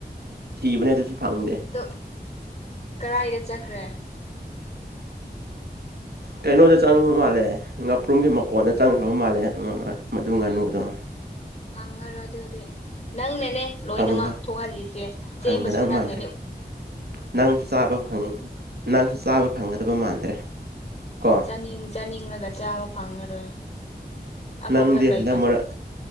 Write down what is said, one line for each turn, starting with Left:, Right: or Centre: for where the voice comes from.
Right: ꯁꯤꯤꯕꯅꯦ ꯑꯗꯨꯁꯨ ꯐꯪꯗꯦ
Left: ꯑꯗꯣ ꯀꯔꯥꯏꯗ ꯆꯠꯈ꯭ꯔꯦ ꯑꯉ ꯌꯥꯀꯣ
Right: ꯀꯩꯅꯣꯗ ꯆꯪꯉꯕ ꯃꯥꯜꯂꯦ ꯉꯥꯄ꯭ꯔꯨꯝꯒꯤ ꯃꯀꯣꯟꯗ ꯆꯪꯈ꯭ꯔꯕ ꯃꯥꯜꯂꯦ ꯃꯗꯨ ꯉꯥꯅꯨꯗꯣ
Left: ꯎꯝ ꯐꯪꯉꯔꯣꯏ ꯑꯗꯨꯗꯤ ꯅꯪꯅꯦ ꯅꯦ ꯂꯣꯏꯅꯃꯛ
Right: ꯐꯪꯒꯗ
Left: ꯊꯣꯛꯍꯜꯂꯤꯁꯦ ꯆꯦꯟꯕꯁꯨ
Right: ꯐꯪꯒꯗꯕ
Left: ꯅꯪꯅꯅꯤ
Right: ꯃꯥꯟꯗ꯭ꯔꯦ ꯅꯪꯁꯨ ꯆꯥꯕ ꯅꯪꯁꯨ ꯆꯥꯕ ꯐꯪꯒꯗꯕ ꯃꯥꯟꯗ꯭ꯔꯦ ꯀꯣ
Left: ꯆꯥꯅꯤꯡ ꯆꯥꯅꯤꯡꯉꯒ ꯆꯥꯕ ꯐꯪꯉꯔꯣꯏ ꯑꯃꯈꯛ
Right: ꯅꯪꯗꯤ
Left: ꯂꯩꯕꯁꯨ
Right: ꯍꯟꯗꯛ ꯃꯔꯛ